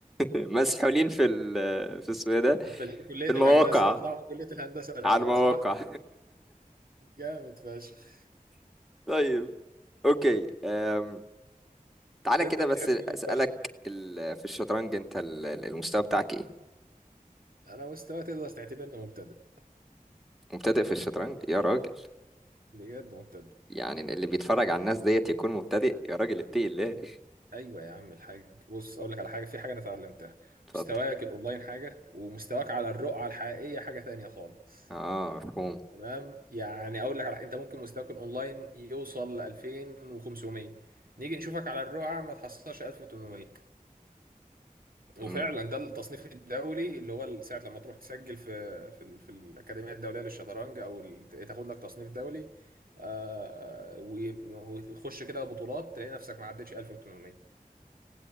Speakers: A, in the centre; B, on the right.
A: مسحولين في ال في اسمه إيه ده
B: في ال- كلية
A: في
B: الهندسة
A: المواقع
B: يطلعوا من كلية الهندسة الأول
A: على المواقع
B: صح؟ جامد فشخ
A: <laughs> طيب اوكي أم... تعالى
B: أنت
A: كده
B: بتحب
A: بس اسالك
B: مين بقى؟
A: ال... في الشطرنج انت ال... المستوى بتاعك ايه
B: أنا مستوى تقدر تعتبرني مبتدئ
A: مبتدئ في الشطرنج يا راجل
B: بجد مبتدئ
A: يعني اللي بيتفرج على الناس ديت يكون مبتدئ يا راجل اتقي الله
B: أيوه أيوه يا عم الحاج بص أقول لك على حاجة في حاجة أنا اتعلمتها
A: اتفضل
B: مستواك الأونلاين حاجة ومستواك على الرقعة الحقيقية حاجة تانية خالص
A: اه مفهوم
B: تمام يعني أقول لك على حاجة، أنت ممكن مستواك الأونلاين يوصل ل 2500 نيجي نشوفك على الرقعة ما تحصلش 1800 وفعلا
A: مم.
B: ده التصنيف الدولي اللي هو ساعة لما تروح تسجل في في ال- في الأكاديمية الدولية للشطرنج أو ال- تاخد لك تصنيف دولي آه، و- وتخش كده بطولات تلاقي نفسك ما عدتش 1800